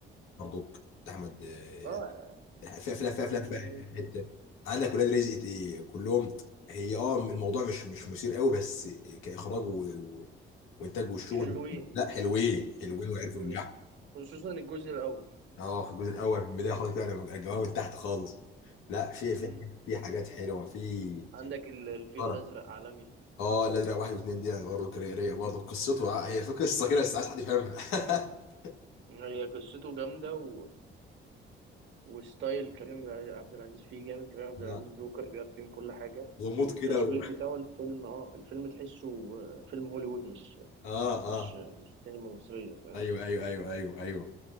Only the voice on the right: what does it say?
اه
احمد
عز
حلوين
حلوين
خصوصا الجزء الاول
امم
عندك ال- الفيل
الازرق عالمي
هي قصته جامده و وستايل كريم عبد العزيز فيه جامد كريم عبد العزيز
جوكر بيعرف يعمل كل حاجة
والتصوير
بتاعه الفيلم اه الفيلم تحسه آه، فيلم هوليوود مش
مش
مش سينما مصرية فاهم